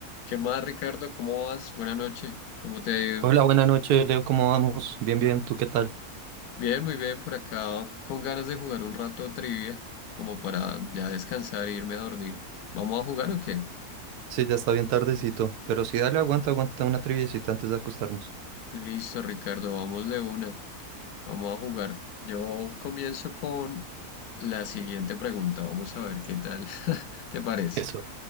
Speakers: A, on the left (about 80°); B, on the right (about 80°).
A: ¿Qué más, Ricardo? ¿Cómo vas? Buenas noches. ¿Cómo te ha ido?
B: Hola, buenas noches, Leo, ¿cómo vamos? Bien, bien, ¿tú qué tal?
A: Bien, muy bien por acá, con ganas de jugar un rato trivia, como para ya descansar e irme a dormir. ¿Vamos a jugar o qué?
B: Sí, ya está bien tardecito, pero sí, dale, aguanta, aguanta una triviecita antes de acostarnos.
A: Listo, Ricardo, vamos de una. Vamos a jugar. Yo comienzo con la siguiente pregunta. Vamos a ver qué tal <laughs> te parece.
B: Eso,